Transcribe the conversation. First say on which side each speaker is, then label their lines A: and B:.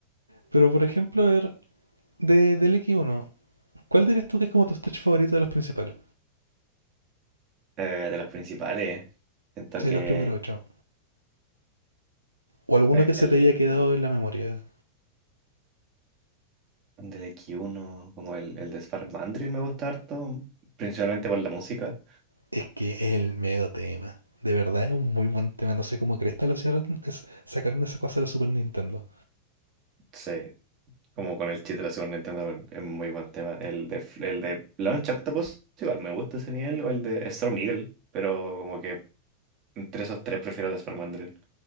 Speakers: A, on the right; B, on the right.
A: Pero por ejemplo, a ver, de, del x uno ¿cuál dirías tú que es como tu stage favorito de los principales?
B: Eh, de los principales. Siento
A: Sí,
B: que
A: de los primeros ocho. O alguno
B: el
A: que se te haya quedado en la memoria.
B: del x uno como el, el de Spark Mandrill me gusta harto, principalmente por la música.
A: Es que es el medio tema. De verdad es un muy buen tema. No sé cómo cresta lo hicieron. es- sacaron esa cosa de la Super Nintendo.
B: Sí, como con el chip de la Super Nintendo es muy buen tema. El de, F- el de Launch Octopus, igual me gusta ese nivel, o el de Storm Eagle, pero como que entre esos tres prefiero el de Spark Mandrill.